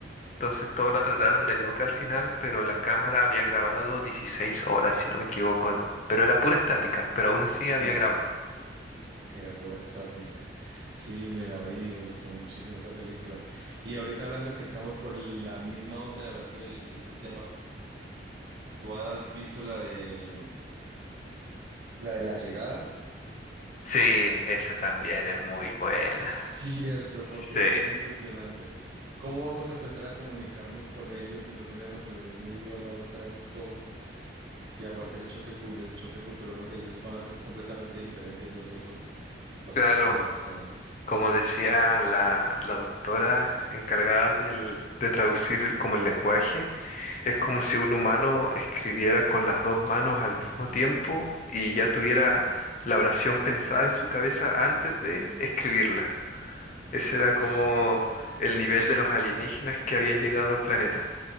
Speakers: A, on the left; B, on the right.
A: entonces todos la trataron de loca al final, pero la cámara había grabado 16 horas, si no me equivoco. Pero era pura estática, pero aún así
B: Sí.
A: había grabado.
B: Era pura estática. Sí, me la vi, me gustó muchísimo esa película. Y ahorita hablando que estamos por la misma onda y hablando del mismo tema, ¿tú has visto la de la de la llegada?
A: Sí, esa también es muy buena.
B: Cierto,
A: Sí,
B: porque es que es muy impresionante. ¿Cómo vamos a empezar a comunicarnos con ellos si no tenemos el mismo idioma, no sabemos cómo? Y aparte el choque, cul- el choque cultural, porque ellos van a ser completamente diferentes y nosotros va a ser
A: claro.
B: súper extraño.
A: Como decía la, la doctora encargada del- de traducir el- como el lenguaje, es como si un humano escribiera con las dos manos al mismo tiempo y ya tuviera la oración pensada en su cabeza antes de escribirla. Ese era
B: Uy,
A: como el nivel de los alienígenas que habían llegado al planeta.